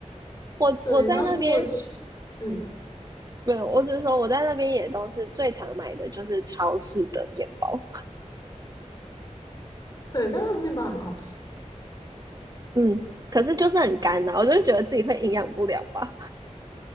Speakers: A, on the right; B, on the left.
A: 我我在那边
B: 对，然后如果去，嗯，
A: 没有，我只是说我在那边也都是最常买的就是超市的面包。
B: 对，但他们面包还蛮好吃的
A: 嗯，可是就是很干呐、我就觉得自己会营养不良吧。